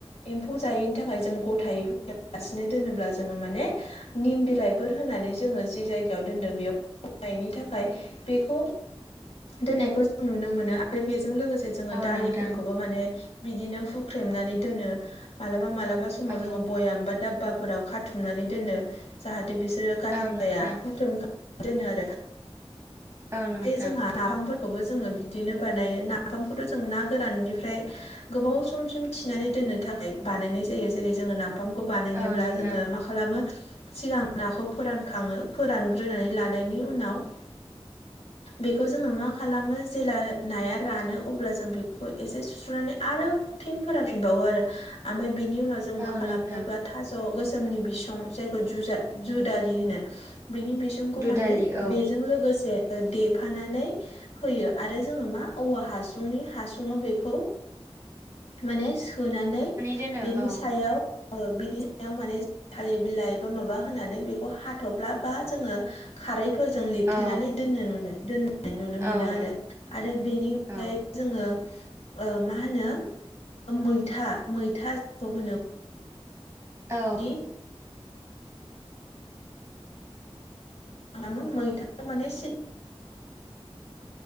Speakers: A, on the left; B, on the right.
A: एम्फौ जायैनि थाखाय जों गथायै होगियालासिनो दोनोब्ला जोङो माने निम बिलाइफोर होनानै जोङो जि जायगायाव दोनदों बेयाव नायनि थाखाय बेखौ दोननायखौ जों नुनो मोनो आरो बेजों लोगोसे जोङो
B: औ
A: दालिफोरखौबो
B: नोंथां
A: माने बिदिनो हुख्रेमनानै दोनो मालाबा मालाबा स समाव
B: औ
A: जोङो बयाम बा दाब्बाफोराव खाथुमनानै दोनो। जाहाथे बिसोरो गाज्रि
B: औ नोंथां
A: जाया हुख्रेम खाना दोनो आरो
B: औ नोंथां
A: जोंहा नाफामफोरखौबो जोङो बिदिनो बानायो नाफामखौथ' जों ना गोराननिफ्राय गोबाव समसिम थिनानै दोननो थाखाय बानायनाय जायो जेरै जोङो नाफाम खौ बानायनोब्ला
B: औ नोंथां
A: जोङो मा खालामो सिगां नाखौ फोरानखाङो फोरानग्रोनानै लानायनि उनाव
B: <inaudible>
A: बेखौ जोङो मा खालामो जेब्ला नाया रानो अब्ला जों बेखौ एसे सुस्रुनानै आरो फिन फोरानफिनबावो आरो ओमफ्राय बिनि उनाव जों मा
B: औ
A: खालामोबा
B: नोंथां
A: थाज' गोजोमनि बिसं जाय जुजा दुदालि बेनि बिसंखौ
B: दुदालि
A: माने
B: औ
A: बेजों जों लोगोसे देफानानै होयो आरो जोङो मा औवा हासुंनि हासुुङाव बेखौ माने सोनानै
B: दोनो
A: बिनि
B: औ
A: सायाव बिनि सायाव माने जों थालिर बिलाइ माबा माबा होनानै बेखौ हाथ'फ्ला बा जोङो खारैफोरजों लिरथेनानै
B: औ
A: दोन नुनो दोननाय नुनो
B: औ
A: मोनो आरो
B: नों
A: आरो बेनि अनगायै
B: औ
A: जोङो मा होनो मैथा मैथाखौ होनो
B: औ।
A: मानि खालामो मैथाखौ माने सिद